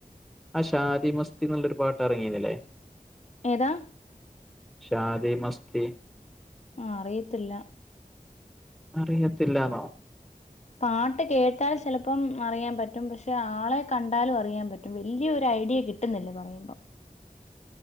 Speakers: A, in the centre; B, on the left.
A: ആ ഷാദിമസ്തിന്നുള്ളൊരു പാട്ട് എറങ്ങീന്നില്ലേ?
B: ഏതാ?
A: ശാദിമസ്തി
B: ആഹ് അറിയത്തില്ല.
A: അറിയത്തില്ലാന്നോ?
B: പാട്ട്കേട്ടാൽ ചെൽപ്പം അറിയാൻപറ്റും പക്ഷെ ആളെകണ്ടാലും അറിയാൻ പറ്റും വെല്യൊരുഐഡിയ കി ട്ട്ന്നില്ല പറയുമ്പോൾ